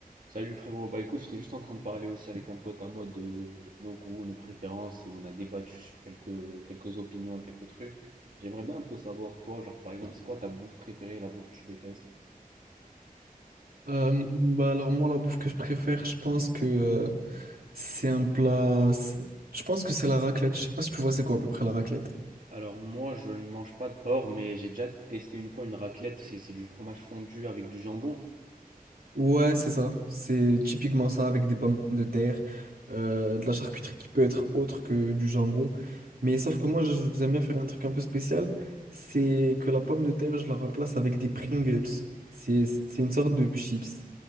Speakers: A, on the right; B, on the right.
A: Salut frérot, bah écoute, j'étais juste en train de parler aussi avec un pote à moi de nos goûts, nos préférences et on a débattu sur quelques, quelques opinions et quelques trucs. J'aimerais bien un peu savoir, toi, genre par exemple, c'est quoi ta bouffe préférée, la bouffe que tu détestes?
B: Euh, bah alors moi la bouffe que je préfère, je pense que euh, c'est un plat. c'est- Je pense que c'est la raclette. Je sais pas si tu vois c'est quoi à peu près la raclette.
A: Alors moi, je ne mange pas de porc, mais j'ai déjà testé une fois une raclette. C'est c'est du fromage fondu avec du jambon.
B: Ouais, c'est ça. C'est typiquement ça avec des pommes de terre, euh, de la charcuterie qui peut être autre que du jambon. Mais sauf que moi, je- j'aime bien faire un truc un peu spécial. C'est que la pomme de terre, je la remplace avec des Pringles. C'est, c'est une sorte de chips.